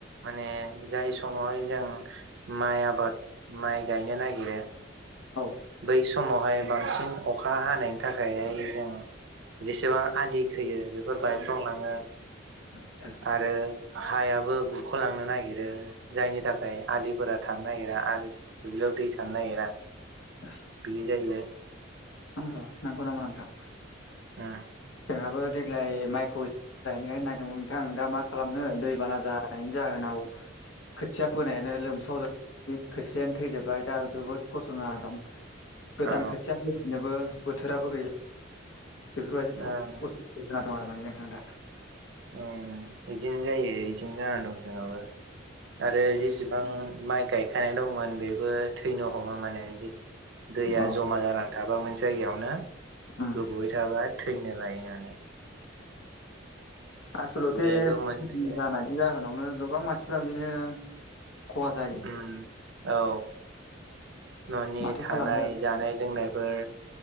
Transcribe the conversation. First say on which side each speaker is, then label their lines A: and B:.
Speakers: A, on the right (about 65°); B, on the left (about 85°).
A: माने जाय समावहाय जों माइ आबाद माइ गायनो नागिरो
B: औ
A: बै समावहाय बांसिन अखा हानायनि थाखायहाय जों जेसेबां आलि खोयो बेफोर बायफ्लंलाङो।
B: आदसा
A: आरो हायाबो गुख'लांनो नागिरो जायनि थाखाय आलिफोरा थानो नागिरा दुब्लियाव दै थानो नागिरा
B: आदसा
A: बिदि जायो नों
B: अ नंगौ नामा नोंथां
A: ओ
B: जोंहाबो देग्लाय माइखौ गायनो नागिरदोंमोन नोंथां दा मा खालामनो दै बाना जानायनि जाहोनाव खोथिया फोनायानो लोमस्रावजोब खोथियानो थैजोब्बाय दा जोबोद खस्थ' जाना दं गोदान
A: औ
B: खोथिया फैफिनोबो बोथोराबो गैला बेफोरबायदि असुबिदा
A: ओं
B: जाना दं आरो माने नोंथां दा
A: अ इदिनो जायो इदिनो जाना दं जोंहाबो आरो जेसेबां माइ गाय गायनाय दंमोन बेबो थैनो हमो माने दैया
B: अ
A: जमा जानानै थाबा मोनसे जायगायावनो
B: उम
A: गोबोवै थाबा थैनो लायो माने
B: आसलथे
A: बेबो
B: दैबाना
A: मोनसे
B: जानायनि जाहोनावनो गोबां मानसिफ्रा बिदिनो खहा जायो
A: ओम औ न'नि
B: माथो
A: थानाय
B: खालामनो
A: जानाय लोंनायफोर